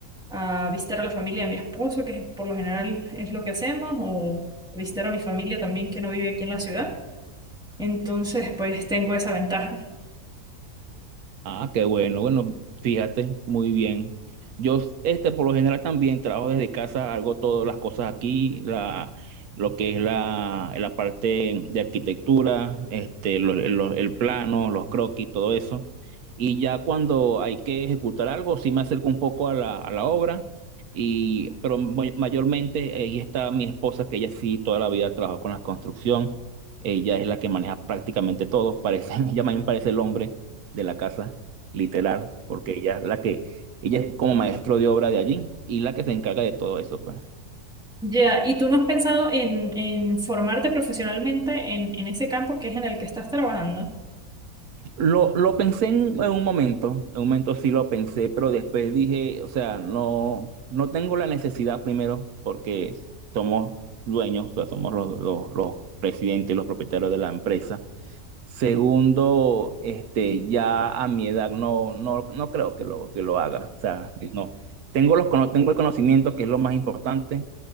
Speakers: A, in the centre; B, on the right.
A: a visitar a la familia de mi esposo, que por lo general es lo que hacemos, o visitar a mi familia también que no vive aquí en la ciudad. Entonces, pues tengo esa ventaja.
B: Ah, qué bueno. Bueno, fíjate, muy bien. Yo, este, por lo general también trabajo desde casa, hago todas las cosas aquí, la, lo que es la, la parte de arquitectura, este, lo- lo- el plano, los croquis, todo eso. Y ya cuando hay que ejecutar algo, sí me acerco un poco a la, a la obra, y, pero may- mayormente ahí está mi esposa, que ella sí toda la vida trabajó con la construcción. Ella es la que maneja prácticamente todo, parece, <laughs> ella más bien parece el hombre de la casa, literal, porque ella es la que, ella es como maestro de obra de allí y la que se encarga de todo eso, pues.
A: Ya, ¿y tú no has pensado en, en formarte profesionalmente en, en ese campo que es en el que estás trabajando?
B: Lo, lo pensé en, en un momento, en un momento sí lo pensé, pero después dije, o sea, no, no tengo la necesidad primero porque somos dueños, o sea, somos los, los, los presidentes, los propietarios de la empresa. Segundo, este, ya a mi edad no, no, no creo que lo, que lo haga. O sea, no. Tengo los, cono- tengo el conocimiento, que es lo más importante.